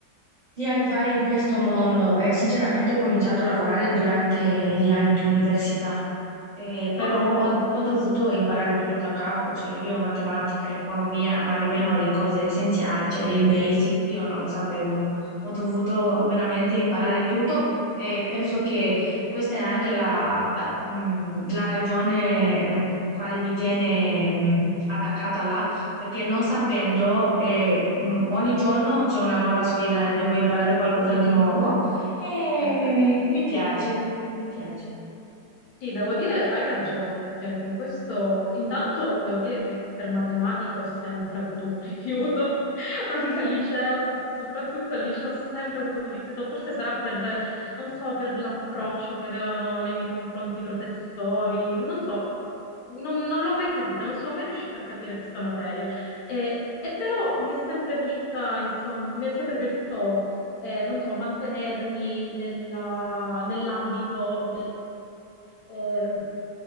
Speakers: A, on the right; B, on the left.
A: di arrivare in questo mondo e sinceramente ho cominciato a lavorare durante gli anni di università, Eh, però
B: Ah,
A: ho, ho dovuto imparare tutto da capo, cioè io matematica, economia, ma nemmeno le cose essenziali, cioè il basic, io non lo sapevo. Ho dovuto veramente imparare tutto e penso che questa è anche la, mh, la ragione eh, quale mi tiene mh, attaccata là perché non sapendo, eh, mh, ogni giorno c'è una nuova sfida e devo imparare qualcosa
B: mm,
A: di nuovo
B: è vero,
A: e
B: è vero.
A: mi piace, mi piace.
B: Sì, devo dire, hai ragione effettivamente in questo. Intanto devo dire che per matematica ho sempre avuto un rifiuto, <laughs>
A: <laughs>
B: anche al liceo, anzi soprattutto al liceo ho sempre avuto un rifiuto, forse sarà per, non so, per l'approccio che avevano nei miei confronti i professori, non so, non, non l'ho mai capita, non sono mai riuscita a capire questa materia. E, e però mi è sempre piaciuta, insomma, mi è sempre piaciuto eh, non so, mantenermi nella- nell'ambito ehm,